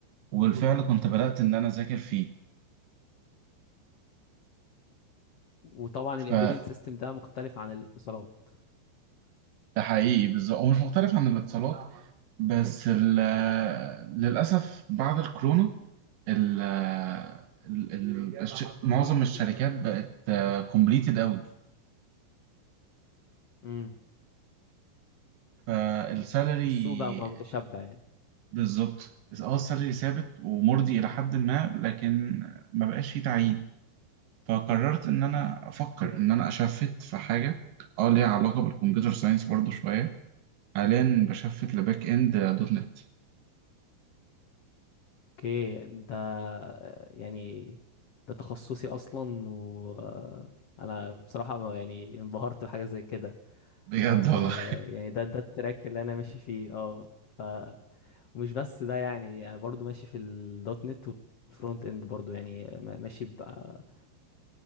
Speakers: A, on the right; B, on the left.
A: وبالفعل كنت بدأت إن أنا أذاكر فيه
B: وطبعا
A: فده
B: الامبيدنت سيستم ده مختلف عن الاتصالات
A: حقيقي بالظبط هو مش مختلف عن الاتصالات بس ال- للأسف بعد الكورونا ال ال- ال- الش- معظم الشركات بقت كومبليتد قوي
B: امم
A: فالسالري
B: السوق بقى بقى متشبع يعني
A: بالظبط اه السالري ثابت ومرضي الى حد ما لكن ما بقاش فيه تعيين فقررت ان انا افكر
B: اوكي
A: ان انا اشفت في حاجه اه ليها علاقه بالكمبيوتر ساينس برضو شويه حاليا بشفت لباك اند دوت نت
B: اوكي ده يعني ده تخصصي اصلا و آه، انا بصراحه ما- يعني انبهرت بحاجه زي كده
A: بجد
B: آه،
A: والله
B: يعني ده ده التراك اللي انا ماشي فيه اه ف ومش بس ده يعني يعني برضو ماشي في الدوت نت والفرونت اند برضو يعني ما- ماشي بقى